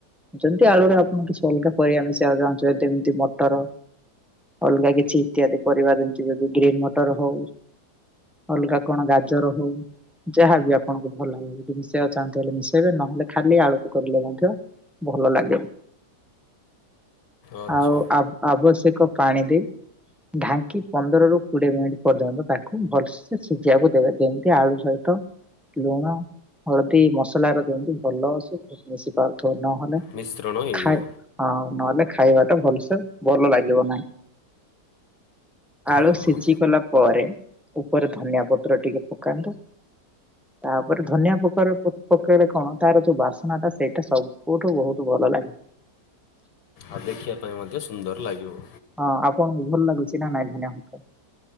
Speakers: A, in the centre; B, on the left (about 85°).
A: ଯେମିତି ଆଳୁରେ ଆପଣଙ୍କ କିଛି ଅଲଗା କରିବା ପାଇଁ ଇଛା ଚାହୁଁଛନ୍ତି ଯେମିତି ମଟର ଅଲଗା କିଛି ଇତ୍ୟାଦି ପରିବା ଯେମିତି ଜଦି ଗ୍ରୀନ୍ ମଟର ହଉ ଅଲଗା କଣ ଗାଜର ହଉ ଯାହାବି ଆପଣଙ୍କୁ ଭଲ ଲାଗ ଯଦି ମିଶାଇବାକୁ ଚାହାନ୍ତି ବୋଲେ ମିଶେଇବେ ନହେଲେ ଖାଲି ଆଳୁ କୁ <unintelligible> ଭଲ ଲାଗେ।
B: ଆଚ୍ଛା
A: ଆଉ ଆବ ଆବଶ୍ୟକ ପାଣି ଦେଇ ଢାଙ୍କି ପନ୍ଦରରୁୁ କୋଡିଏ ମିନିଟ୍ ପର୍ଯ୍ୟନ୍ତ ତାକୁ ଭଲସେ ସିଝିବାକୁ ଦେବେ ଯେମିତି ଆଳୁ ସହିତ ଲୁଣ ହଳଦୀ ମସଲାରେ ବିନ୍ଦୁ ଭଲସେ ମିଶି ପାରୁ ନହେଲେ
B: ମିଶ୍ରଣ ହେଇଯିବ
A: ଖାଇ ହଁ ନହେଲେ ଖାଇବା ଟା ଭଲସେ ଭଲ ଲାଗିବ ନାହିଁ। ଆଳୁ
B: ଓହୋ
A: ସିଝି ଗଲା ପରେ ଉପରେ ଧନିଆ ପତ୍ର ଟିକେ ପକାନ୍ତୁ ତାପରେ ଧନିଆ ପତ୍ର ପ ପକେଇଲେ କଣ ତାର ଯୋଉ ବାସନା ଟା ସେଇଟା ସବୁଠୁ ବହୁତ ଭଲ ଭଲ ଲାଗେ
B: ଆଉ ଦେଖିବା ପାଇଁ ମଧ୍ୟ ସୁନ୍ଦର ଲାଗିବ।
A: ହଁ ଆପଣଙ୍କୁ ଭଲ ଲାଗୁଛି ନା ନାଇଁ ଧନିଆପତ୍ର?